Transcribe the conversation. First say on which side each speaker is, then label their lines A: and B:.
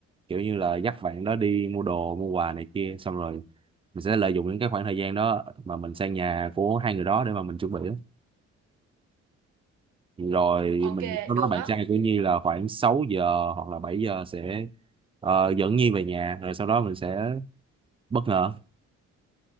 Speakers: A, on the right; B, on the right.
A: kiểu như là dắt bạn đó đi mua đồ mua quà này kia xong rồi mình sẽ lợi dụng những cái khoảng thời gian đó mà mình sang nhà của hai người đó để mà mình chuẩn bị á. rồi
B: ok
A: mình có nói
B: được
A: bạn
B: á
A: trai của Nhi là khoảng 6 giờ hoặc là 7 giờ sẽ ờ, dẫn Nhi về nhà rồi sau đó mình sẽ bất ngờ